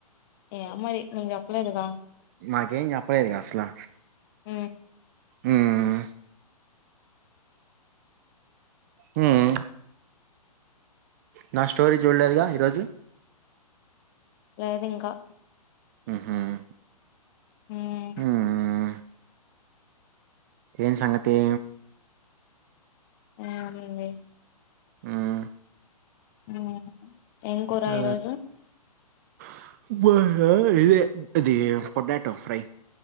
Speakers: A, on the left (about 35°); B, on the right (about 25°).
A: ఎమ్ మరి, నీక్ చెప్పలేద్ గా
B: మాకేం చెప్పలేదుగా అసలు
A: ఉ
B: ఉమ్మ్. ఉమ్, నా స్టోరీ చూడలేదుగా ఈరోజు.
A: లేద్ ఇంకా.
B: ఉహుమ్.
A: ఉమ్
B: హుమ్మ్. ఏం సంగతి.
A: ఏం ఉన్నింది.
B: ఉమ్.
A: ఉమ్, ఏం కూర
B: ఆ
A: ఈరోజు.
B: <inaudible> ఇదే ఇది పొటాటో ఫ్రై.